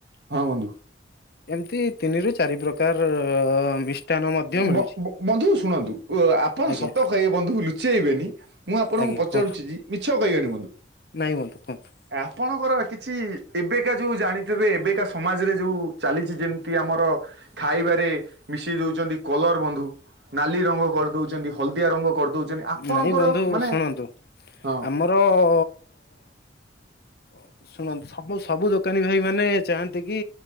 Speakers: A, on the right; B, on the left.
A: ହଁ ବନ୍ଧୁ
B: ଏମିତି ତିନି ରୁ ଚାରି ଦିନ କାଳ ଅ ମିଷ୍ଟାନ୍ନ ମଧ୍ୟ ମିଳୁଛି
A: ବ -ବ ବନ୍ଧୁ ଶୁଣନ୍ତୁ ଆ - ଆପଣ
B: ଆଜ୍ଞା
A: ସତ କହିବେ ବନ୍ଧୁ ଲୁଚେଇବେନି ମୁଁ ଆପଣଙ୍କୁ
B: ଆଜ୍ଞା
A: ପଚାରୁଛି
B: କୁହନ୍ତୁ
A: ଯି ମିଛ କହିବେନି ବନ୍ଧୁ
B: ନାଇଁ ବନ୍ଧୁ କୁହନ୍ତୁ
A: ଆପଣଙ୍କର କିଛି ଏବେକା ଯୋଉ ଜାଣିଥିବେ ଏବେକା ସମାଜ ରେ ଯୋଉ ଚାଲିଚି ଯେମିତି ଆମର ଖାଇବାରେ ମିଶେଇ ଦଉଛନ୍ତି କଲର ବନ୍ଧୁ ନାଲି ରଙ୍ଗ କରି ଦଉଛନ୍ତି ହଳଦିଆ ରଙ୍ଗ କରିଦଉଛନ୍ତି ଆପଣଙ୍କର
B: ନାଇଁ ବନ୍ଧୁ
A: ମାନେ
B: ଶୁଣନ୍ତୁ
A: ହଁ
B: ଆମର ଅ ଅ ଶୁଣନ୍ତୁ ସବୁ ସବୁ ଦୋକାନୀ ଭାଇମାନେ ଚାହାଁନ୍ତି କି